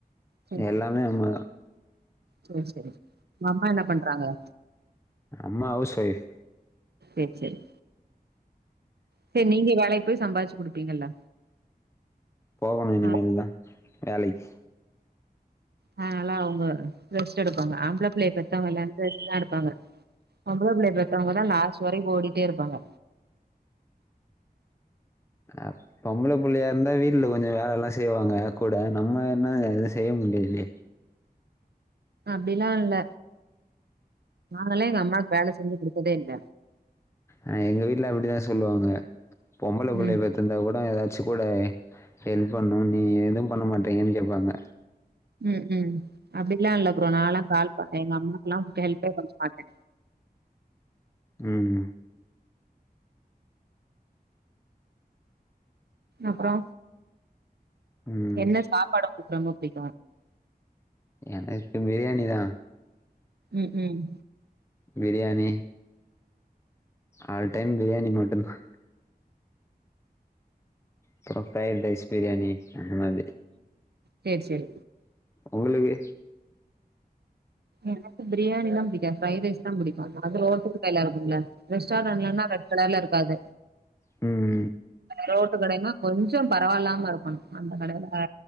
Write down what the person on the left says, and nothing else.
எல்லாமே
அம்மாத
அம்மா அவுஸ்ஒய்ஃப்
போகணு இனிமேல்
தா வேலைக்கு
ஆப் பொம்ள புள்ளயா இருந்தா வீட்ல கொஞ்சோ வேலல்லா செய்வாங்க கூட நம்ம என்ன செய்ய முல்ல இல்லியே
அ எங்க வீட்ல அப்டிதா சொல்லுவாங்க பொம்பள புள்ளய
பெத் இருந்தா கூட ஏதாச்சு கூடே ஹெல்ப் பண்ணோ நீ எதுவும் பண்ண மாட்டீங்க கேப்பாங்க
ம் ம் ம்
ம்
எனக்கு பிரியாணி தா
பிரியாணி ஆல் டைம் பிரியாணி மட்டோந்தா அப்புறம் ஃரைட் ரைஸ் பிரியாணி அந்த மாரி
உங்ளுக்கு
ம்